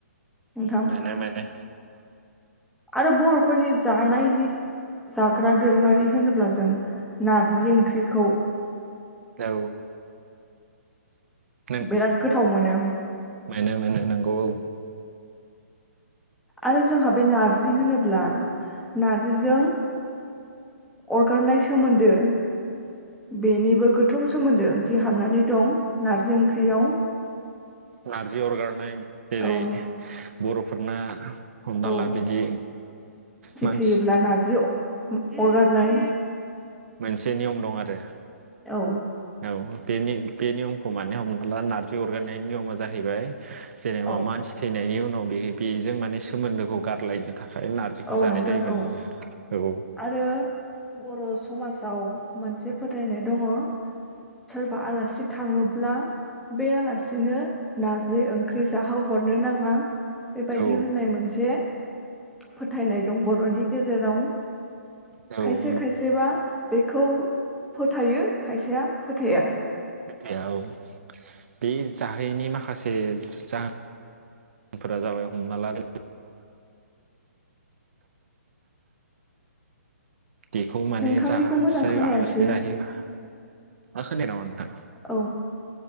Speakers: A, in the centre; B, on the right.
A: नोंथां
B: मोनो मोनो
A: आरो बर'फोरनि जानाय जाग्रा दोरोङारि होनोब्ला जों नार्जि ओंख्रिखौ
B: औ नों
A: बिराद गोथाव मोनो
B: मोनो मोनो नंगौ औ
A: आरो जोंहा बे नार्जि होनोब्ला नारजिजों अरगारनाय सोमोन्दो। बेनिबो गो सोमोन्दो ओंथि हाबनानै दं नारजि ओंख्रियाव
B: नारजि अरगारनाय जेरै
A: औ
B: बर'फोरना हमना
A: औ
B: ला बिदि मानसि
A: थैयोब्ला नारजि अरगारनाय
B: मोनसे नियम दं आरो
A: औ
B: औ बेनि‌ बेनि हमानो हमना ला नारजि अरगायनायनि नियमा जाहैबाय जेनेबा
A: औ
B: मानसि थैनायनि उ नाव बे बेजों माने सोमोन्दोखौ गारलायनो थाखाय नारजिखौ
A: औ
B: जानाय
A: नोंथां
B: जायोमोन
A: औ
B: आरो औ
A: आरो बर' समाजाव मोनसे फोथायनाय दङ सोरबा आलासि थाङोब्ला बे आलासिनो नारजि ओंख्रि जाहोहरनो नाङा बेबायदि
B: औ
A: होननाय मोनसे फोथायनाय दं बर'नि गेजेराव
B: औ
A: खायसे खायसेबा बे बेखौ फोथायो खायसेया फोथाया
B: खोथि औ बे जाहैनि मा खासे जाहोन फोरा जाबाय हमना लादो बेखौ माने
A: नोंथांनिखौ
B: जासै
A: मोजां खोनायासै
B: आलासिनो जाहोयो आं खोनाया नामा नोंथां
A: औ